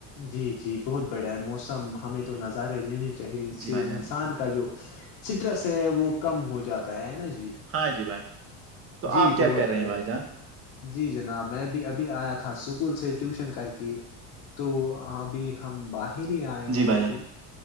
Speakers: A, on the left; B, on the right.
A: جی جی بہت بڑھیا ہے موسم ہمیں تو نظارہ ہے لنے چاہے ان
B: جی
A: سے
B: بھائی جان
A: انسان کا جو سٹریس ہے وہ کم ہو جاتا ہے نا جی
B: ہاں جی بھائی تو
A: جی
B: آپ کیا
A: بہت
B: کر رہے
A: بڑھیا
B: ہیں بھائی جان
A: جی جناب میں بھی ابھی آیا تھا اسکول سے ٹیوشن کر کے تو ابھی ہم باہر آئے
B: جی
A: تو
B: بھائی
A: اب
B: جان